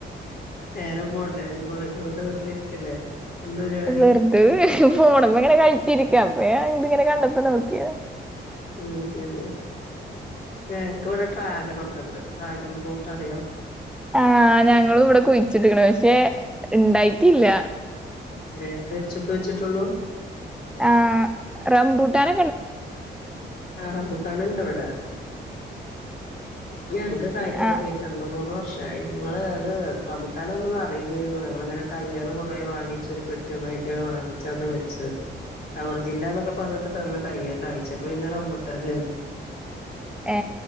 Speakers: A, on the left; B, in the centre.
A: നേരം പോണ്ടേ? ഇപ്പൊ വെറ്തെ വീട്ടിലിരിക്കല്ലേ? എന്താ പരിപാടി
B: വെറുത വീ ഫോണമ്മ ഇങ്ങനെ കഴിച്ചിരിക്ക. അപ്പ ഇത്ങ്ങനെ കണ്ടപ്പോ നോക്കിയ.
A: ഉം ശരി എനക്ക് ഇവിടെ ട്രാഗൺ ഒക്കെ ഉണ്ട്. ഡ്രാഗൺ ഫ്രൂട്ട് അറിയോ?
B: ആഹ് ഞങ്ങളും ഇവിടെ കുഴിച്ചിടുക്കണ് പക്ഷെ ഇണ്ടായിട്ടില്ല.
A: എന്താ <unintelligible> വെച്ചിട്ടുള്ളൂ.
B: ആഹ് റംബുട്ടാന
A: ആ റമ്പുട്ടാന്ണ്ട് ഇവിടെ. ഞങ്ങക്ക് കായക്കലൊടങ്ങിട്ട്
B: ആഹ്
A: രണ്ട് മൂന്ന് വർഷം <unintelligible> ങ്ങള് അത് റമ്പുട്ടാനന്നൊന്ന് അറിലാരുന്നു ഞങ്ങളങ്ങനെ തയ്യള് കുറേ വാങ്ങിച്ച് ഒരു പെട്ടിയ ഒന്നായിട്ട്. ട്ട് വാങ്ങിച്ചാന്ന് വെച്ചത്. സവർജില്ലന്നൊക്കെ പറഞ്ഞിട്ട് തന്ന തയ്യ കായ്ച്ചപ്പോ പിന്നെ റംബൂട്ടാനായിന്നു.
B: ഏ